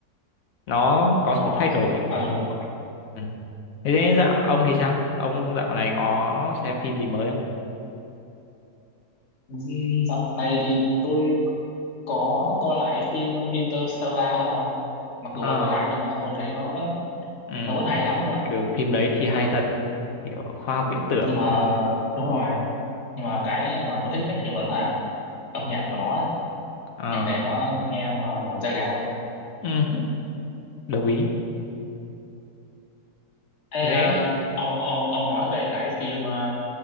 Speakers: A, on the left; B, on the left.
A: nó có
B: ủa
A: sự thay đổi
B: ờ
A: mới ừ. thế nên dạo ông thì sao ông dạo này có xem phim gì mới không
B: d- dạo này thì tôi có coi lại phim Interstellar đó ông mặc dù
A: ờ
B: là coi lại nhưng mà tôi thấy nó vẫn
A: ừ.
B: nó vẫn hay lắm không ạ
A: ừ. phim đấy thì hay
B: ừ
A: thật kiểu khoa học viễn tưởng
B: nhưng mà đúng rồi nhưng mà cái mà tôi thích nhất thì vẫn là âm nhạc của nó
A: ờ
B: nhạc nền nó nghe mà nổi da gà luôn
A: ừ. đồng ý
B: thế
A: thế
B: à, ông ông ông nói về cái phim à,